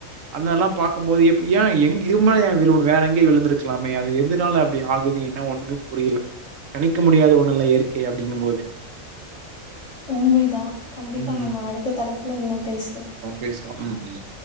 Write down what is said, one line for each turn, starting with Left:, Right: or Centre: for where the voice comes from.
Right: அந்த மாரில்லாம் பாக்கும்போது எப் ஏன் எங்க இது மாரி ஏ விழனு வேற எங்கயோ விழுந்திருக்லாமே அது எதுனால அப் அப்டி ஆகுது ஏனா ஒண்ணு புரில கணிக்க முடியாத ஒண்ணுல்ல இயற்கை அப்டிங்கும் போது
Left: உண்மைதா கண்டிப்பா
Right: ம்,
Left: நம்ம அடுத்த தலைப்புல இன்னு பேசலா
Right: பேசுவோ ம் ம்